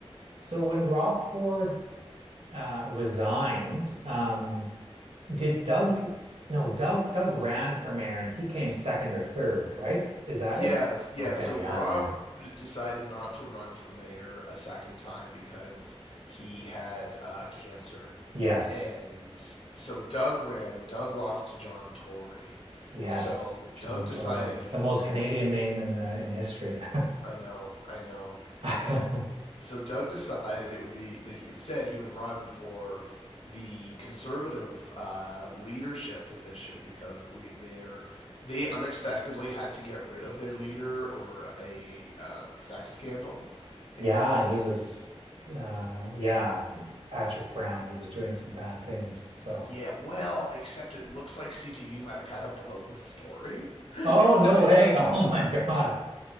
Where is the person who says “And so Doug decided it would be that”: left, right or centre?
Left